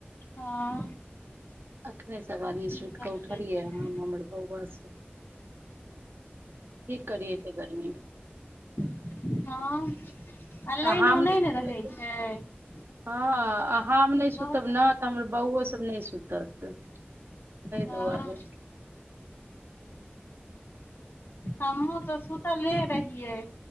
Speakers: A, on the left (about 65°); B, on the right (about 70°).
A: हँ
B: अखने सभआदमी
A: की
B: सूति
A: करबै
B: क' उठलियै
A: तऽ
B: हं हमर बौआ स ब <unintelligible> कि करियै त' गर्मीमे
A: हँ आ लाइनो
B: हम
A: नहि
B: सुतबै
A: न रहै
B: तऽ
A: छै
B: हँ आ हम नहि सुतब
A: बहुत
B: न तऽ हमर बौओ सब नहि सुतत <inaudible>
A: हँ
B: दुआरे
A: हमहूँ तऽ सुतले रहियै